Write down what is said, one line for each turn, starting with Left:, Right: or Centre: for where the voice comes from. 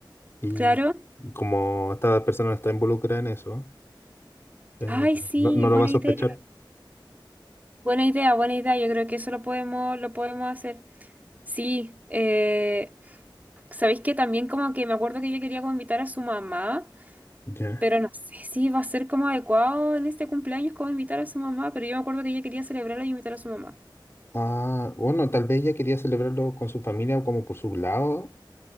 Left: y,
Right: Claro.
Left: y como esta persona no está involucrada en eso, eh,
Right: Ay, sí,
Left: no, no
Right: buena
Left: lo va a sospechar.
Right: idea. Buena idea, buena idea. Yo creo que eso lo podemos, lo podemos hacer. Sí, eh, sabéis que también como que me acuerdo que ella quería como invitar a su mamá,
Left: Ya.
Right: pero no sé si va a ser como adecuado en este cumpleaños como invitar a su mamá, pero yo me acuerdo que ella quería celebrarlo y invitar a su mamá.
Left: Ah, bueno, tal vez ella quería celebrarlo con su familia o como por su lado.